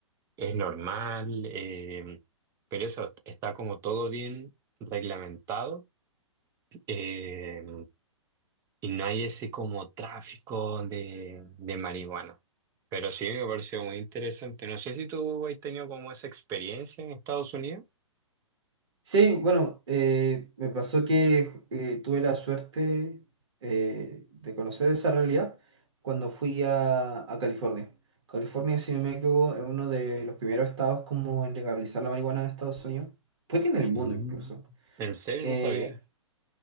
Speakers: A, on the right; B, on the right.
A: es normal, eh, pero eso está como todo bien reglamentado. eh, y no hay ese como tráfico de, de marihuana. Pero sí me pareció muy interesante. No sé si tú has tenido como esa experiencia en Estados Unidos.
B: Sí, bueno, eh, me pasó que eh, tuve la suerte eh, de conocer esa realidad cuando fui a, a California. California, si no me equivoco, es uno de los primeros estados como en legalizar la marihuana en Estados Unidos. Fue que en el mundo
A: Mm.
B: incluso.
A: En serio,
B: Eh,
A: no sabía.